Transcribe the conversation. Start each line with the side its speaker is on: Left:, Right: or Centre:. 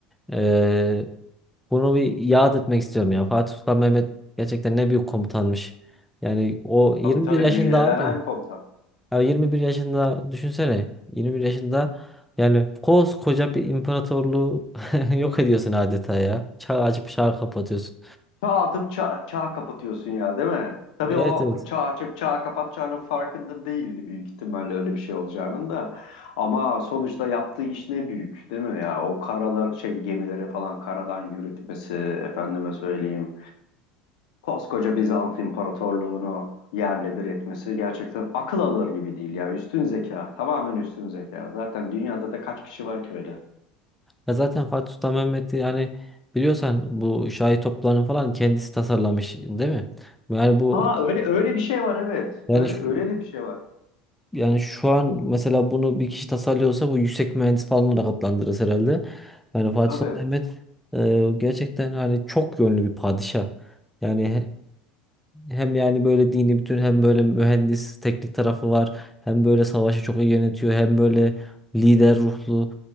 Centre: Ee, bunu bir yad etmek istiyorum ya. Fatih Sultan Mehmet gerçekten ne büyük komutanmış. Yani o 21
Left: tabii tabii
Centre: yaşında
Left: müjdelenen
Centre: abim.
Left: komutan.
Centre: Ya 21 yaşında düşünsene. yirmi bir yaşında yani koskoca bir imparatorluğu <laughs> yok ediyorsun adeta ya. Çağ açıp çağ
Left: Ya,
Centre: kapatıyorsun.
Left: Çağ atıp çağ, çağ kapatıyorsun ya değil mi? Tabii
Centre: Evet
Left: o
Centre: evet.
Left: çağ açıp çağ kapatacağının farkında değildi büyük ihtimalle öyle bir şey olacağının da. Ama sonuçta yaptığı iş ne büyük değil mi ya? O karalar şey gemileri falan karadan yürütmesi efendime söyleyeyim. Koskoca Bizans İmparatorluğunu yerle bir etmesi gerçekten akıl alır gibi değil ya. Üstün zeka, tamamen üstün zeka. Zaten dünyada da kaç kişi var ki öyle?
Centre: Ya zaten Fatih Sultan Mehmet'i yani biliyorsan bu şahi toplarını falan kendisi tasarlamış değil mi? Yani bu
Left: Ha öyle öyle bir şey var evet.
Centre: Yani
Left: Öyle
Centre: şu-
Left: öyle de bir şey var.
Centre: yani şu an mesela bunu bir kişi tasarlıyorsa bu yüksek mühendis falan olarak adlandırırız herhalde. Yani Fatih
Left: Tabii
Centre: Sultan Mehmet e, gerçekten hani çok yönlü bir padişah. Yani he- hem yani böyle dini bütün hem böyle mühendis teknik tarafı var. Hem böyle savaşı çok iyi yönetiyor. Hem böyle lider ruhlu.